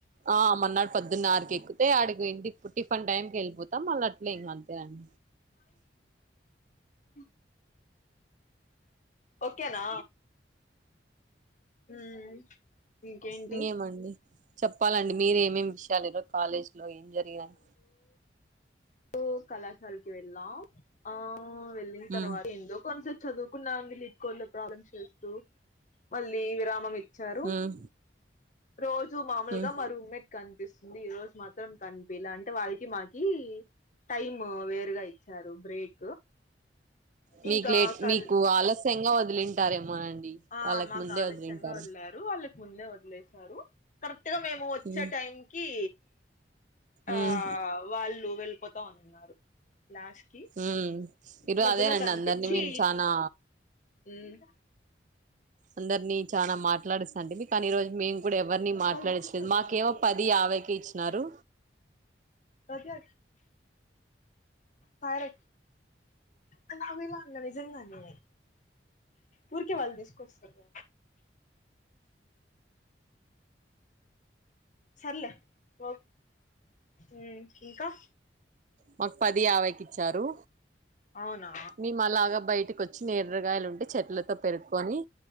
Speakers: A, on the right; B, on the left.
A: ఆ మన్నాడ్ పోదున్న ఆరుకేక్కితే అడిగిటిక్ టిఫన్ టైమ్ కేళ్ళిపోతం మళ్ల <unintelligible> ఏం అ తేరన్
B: ఉహ్ ఓకేనా ఉమ్మ్ ఇంకేంటి
A: ఇంకేమండి చెప్పాలండి మీరే ఏమేమి విషయాలు ఈ రోజు కాలేజీలో ఏం జరిగినాయి
B: టూ కళాశాలకి వెళ్ళాం ఆ వెళ్ళిన తర్వాత
A: ఉమ్
B: చదువుకున్నా నీట్కోళ్లె ప్రాబ్లమ్స్ జేస్తూ మళ్లీ విరామం ఇచ్చారు
A: ఉమ్
B: రోజు మామూల్
A: ఉమ్
B: గా మా రూమ్ మీట్ కన్ కనిపిస్తుంది ఈ రోజు మాత్రం కనిపియాలే అంటే వాళ్లకి మాకి టైమ్ము వేరుగా ఇచ్చారు బ్రేక్
A: మీక్
B: ఇంకా
A: లేట్
B: కల్
A: మీకు ఆలస్యంగా వదిలింటారేమోనండి
B: ఆ
A: వాళ్ళకి
B: మాక్
A: ముందే
B: ఆలస్యంగా
A: వదిలింటారు
B: వళ్లారు వాళ్లక్ ముందే వదిలేస్ లేశారు కరెక్ట్ గా మేము వచ్చే
A: ఉమ్
B: టైం కి ఆ
A: ఉమ్
B: వాళ్లు వెళ్ళిపోతాం అన్నారు లాస్ట్ కి
A: ఉమ్ ఈరోజు
B: మధ్యలో
A: అదేనండి
B: కనిపించీ
A: అందరినీ మేము చానా
B: ఉమ్మ్
A: అందరినీ చానా మాట్లాడుస్తండి మీ కానీ ఈ రోజు మేము కూడా ఎవరిని మాట్లాడిచ్చలేదు
B: వాళ్ళు తెచ్చిస్తారులే
A: మాకేమో
B: మధ్యలో
A: పది యాభైకే ఇచ్చినారు
B: బజాజ్.. పారెయ్ అ నాభే లానే నిజంగానే ఊరికే వాళ్ళు దీసుకొస్తారు సర్లే ఓ ఉ ఇంకా
A: మాకు పది యాభైకి ఇచ్చారు
B: అవునా
A: మేము అలాగ బయటకి వచ్చి నేర్రగాయలు ఉన్ అే చెట్లతో పెర్కోని